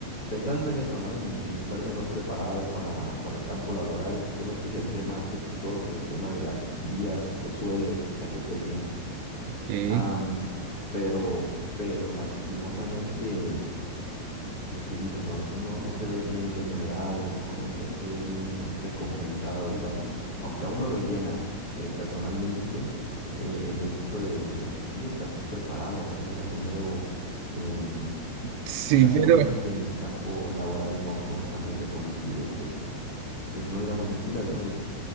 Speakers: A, on the left; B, on the right.
A: pensando en eso, ¿no? En, en estar mejor preparado para, para el campo laboral. Yo me especialicé más que todo por el tema de las vías, los suelos, la geotecnia.
B: Ok.
A: Am, pero, pero lastimosamente lo que dices, ¿no? A veces no, no se ve bien remunerado, o no se ve bien recompensado, digamos, aunque a uno lo llena eh, personalmente, eh, el hecho de, de que sí, estás preparado, aprendes algo nuevo. em,
B: sí,
A: lastimosamente
B: pero
A: en el campo laboral no, no es tan bien reconocido y pues, pues no digamos mentiras, ¿no?